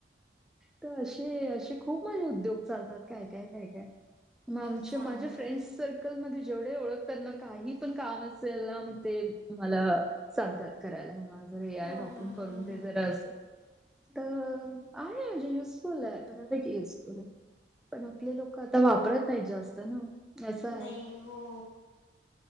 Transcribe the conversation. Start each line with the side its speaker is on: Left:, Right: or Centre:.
Centre: तरं अशे अशे खूप माझे उद्योग चालतात, कायं-कायं कायं-कायं. मगं आमचे,
Left: चांगलं
Centre: माझ्या फ्रेंड्स
Left: आहे
Centre: सर्कलमंध्ये जेवढे ओळखतात नां, कांहीं पणं कामं अस त्याला म ते मला सांगतात करायला, माझं <unintelligible> हे आहे
Left: हां
Centre: बा.
Left: हां
Centre: करूंन
Left: हां
Centre: दे जरा असं. आहे म्हणजे युसफुल आहे, बऱ्यापैकी युजफूल ये. पणं आपले लोक आता वापरत नाहीं जास्तं नां, असं आहे.
Left: नाही हो